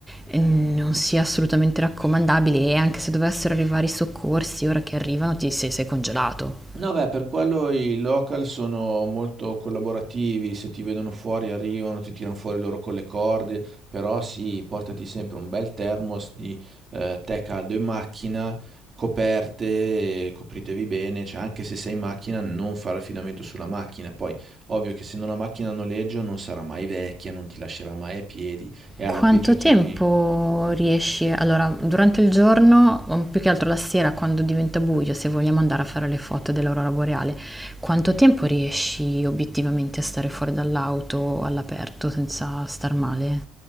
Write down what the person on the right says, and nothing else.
No, beh, per quello i local sono molto collaborativi, se ti vedono fuori arrivano, ti tirano fuori loro con le corde, però sì, portati sempre un bel thermos di eh, tè caldo in macchina, coperte, copritevi bene, cioè anche se sei in macchina non fare affidamento sulla macchina, poi ovvio che se non la macchina a noleggio non sarà mai vecchia, non ti lascerà mai a piedi e alla
peggio chiami...